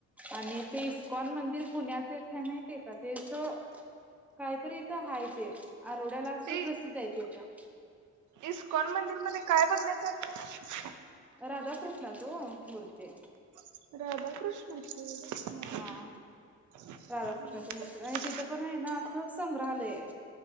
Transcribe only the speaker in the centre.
आणि ते इस्कॉन मंदिर पुण्याच एक हाय माहितीय का तेच काहीतरी इथं हाय ते आरवड्याला असं
प्रसिद्ध हाय इथं
राधाकृष्णाच ओ मूर्ती
हा
राधाकृष्णाची
मूर्ती आणि तिथं पण हाय ना असं संग्रहालय